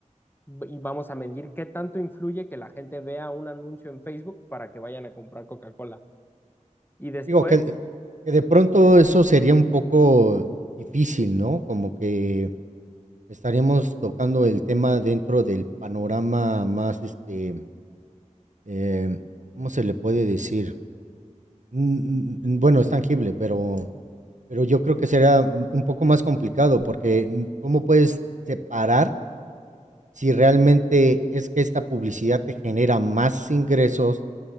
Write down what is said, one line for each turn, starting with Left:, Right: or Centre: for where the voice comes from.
Left: y vamos a medir qué tanto influye que la gente vea un anuncio en Facebook para que vayan a comprar Coca-Cola. Y después,
Right: Digo que que de pronto eso sería un poco difícil, ¿no? Como que estaríamos tocando el tema dentro del panorama más, este, em, ¿cómo se le puede decir? Mm, mm, bueno, es tangible, pero pero yo creo que será mm, un poco más complicado, porque, mm, ¿cómo puedes separar si realmente es que esta publicidad te genera más ingresos